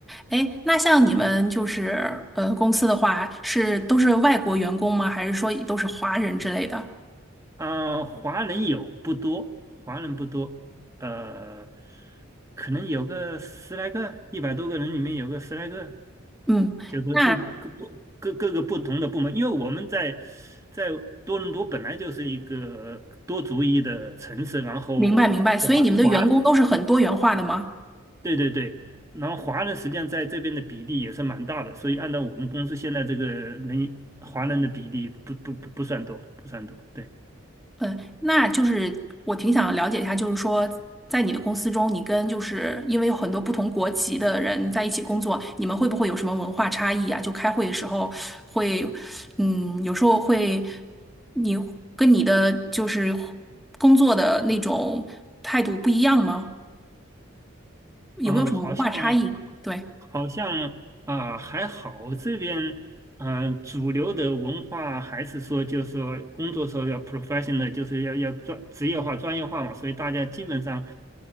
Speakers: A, in the centre; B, on the right (about 15°).
A: 哎，那像你们就是呃公司的话，是都是外国员工吗？还是说都是华人之类的？
B: 啊，华人有不多，华人不多，呃，可能有个十来个，一百多个人里面有个十来个，
A: 嗯，
B: 就是不各不各各个不同的部门，
A: 那
B: 因为我们在在多伦多本来就是一个多族裔的城市，然后华华
A: 明白明白，所以你们的员工都是很多元化的吗？
B: 对对对，然后华人实际上在这边的比例也是蛮大的，所以按照我们公司现在这个人华人的比例不不不不算多，不算多，对。
A: 嗯，那就是我挺想了解一下，就是说，在你的公司中，你跟就是因为有很多不同国籍的人在一起工作，你们会不会有什么文化差异啊？就开会的时候会，嗯，有时候会，你跟你的就是工作的那种态度不一样吗？有没有什么文化差异？
B: 嗯、呃好像
A: 对，
B: 好像啊、还好，这边嗯、呃主流的文化还是说，就是说工作时候要 professional，就是要要专职业化、专业化嘛，所以大家基本上